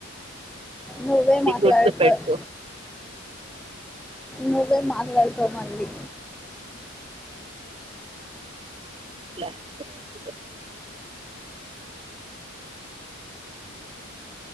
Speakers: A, in the centre; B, on the right (about 25°).
A: నువ్వే
B: అది
A: మాట్లాడుతావ్
B: గుర్తు పెట్టుకో
A: నువ్వే మాట్లాడుతావు మళ్ళీ
B: అట్లే అట్లే ఏం లేదులే